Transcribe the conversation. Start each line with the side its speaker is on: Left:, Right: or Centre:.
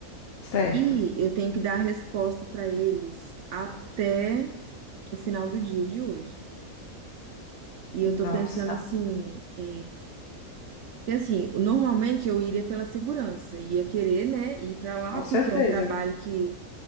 Left: certo.
Right: E eu tenho que dar a resposta para eles até o final do dia de hoje. E eu
Left: Nossa,
Right: tô pensando assim, é, E assim, normalmente eu iria pela segurança, ia querer, né, ir pra lá
Left: com
Right: porque
Left: certeza.
Right: é um trabalho que